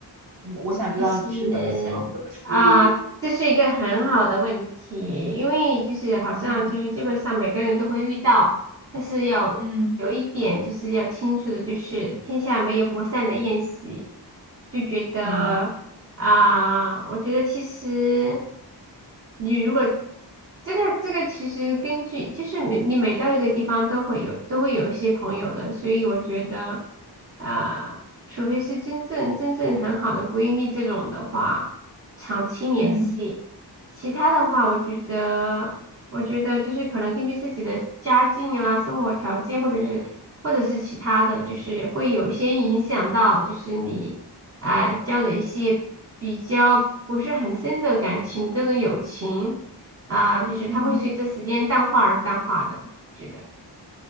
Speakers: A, on the right (about 50°); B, on the right (about 30°).
A: 嗯，我想知道你是怎么想，
B: 就是啊，
A: 怎么处理。
B: 这是一个很好的问题，因为就是好像就是基本上每个人都会遇到，
A: 嗯
B: 但是要有一点就是要清楚的，
A: 嗯
B: 就是天下没有不散的宴席，就觉得啊，
A: 嗯
B: 我觉得其实你如果这个这个其实根据就是每你每到一个地方都会有都会有一些朋友的，所以我觉得啊。除非是真正真正很好的闺蜜这种的话，长期联系。
A: 嗯
B: 其他的话，我觉得，我觉得就是可能根据自己的家境啊、生活条件，或者是或者是其他的，就是会有些影响到，就是你啊、交的一些比较不是很深的感情的这种友情啊、就是它会随着时间淡化而淡化的。
A: 嗯
B: 觉得